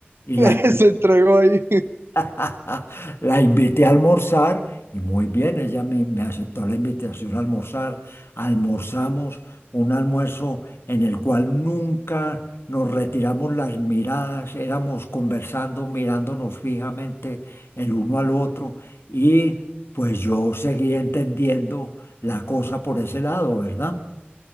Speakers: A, on the left (about 85°); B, on the right (about 80°).
A: y
B: <laughs>
A: la
B: se entregó ahí?
A: <laughs> La invité a almorzar y muy bien, ella me, me aceptó la invitación a almorzar. Almorzamos un almuerzo en el cual nunca nos retiramos las miradas, éramos conversando, mirándonos fijamente el uno al otro y pues yo seguí entendiendo la cosa por ese lado, ¿verdad?